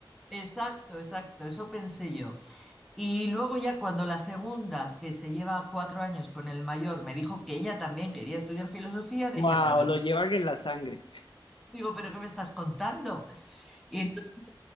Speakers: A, in the centre; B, on the left (about 70°).
A: Exacto, exacto, eso pensé yo. Y luego ya cuando la segunda, que se lleva cuatro años con el mayor, me dijo que ella también quería estudiar filosofía, dije,
B: Wow,
A: pero qué me,
B: lo llevan en la sangre.
A: digo, pero qué me estás contando? Y entonces,